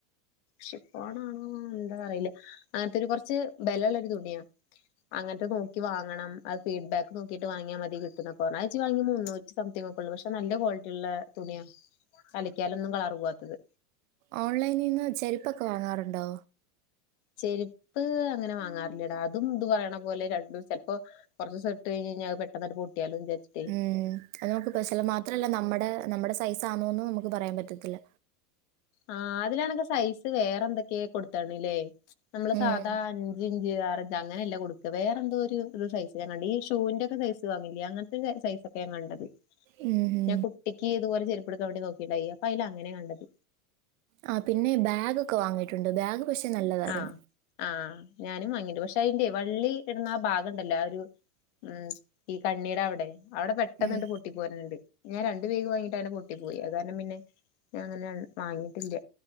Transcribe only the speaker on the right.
ഓൺലൈനിന്ന് ചെരുപ്പൊക്കെ വാങ്ങാറുണ്ടോ
മ് അതനമക്ക് പെശല് മാത്രല്ല നമ്മടെ നമ്മടെ സൈസാണോന്നു നമക്ക് പറയാപറ്റത്തില്ല
ഉം
മ്
ആ പിന്നെ ബാഗ് ഒക്കെ വാങ്ങിയിട്ടുണ്ട് ബാഗ് പക്ഷെ നല്ലതായിരുന്നു
ഉം